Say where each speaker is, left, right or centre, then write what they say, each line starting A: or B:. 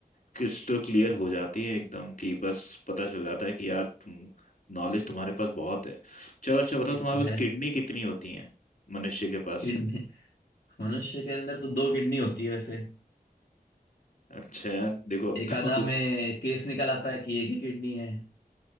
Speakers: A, on the left; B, on the left.
A: क्रिस्टल क्लियर हो जाती है एकदम कि बस पता चल जाता है कि यार तुम नॉलेज तुम्हारे पास बहुत है चलो अच्छा बताओ
B: ये
A: तुम्हारे
B: तो है
A: पास किडनी कितनी होती हैं मनुष्य के पास
B: किडनी मनुष्य के अंदर तो दो किडनी होती है वैसे
A: अच्छा यार देखो अब
B: एक
A: तो
B: आधा
A: तुम
B: में केस निकल आता है कि एक ही किडनी है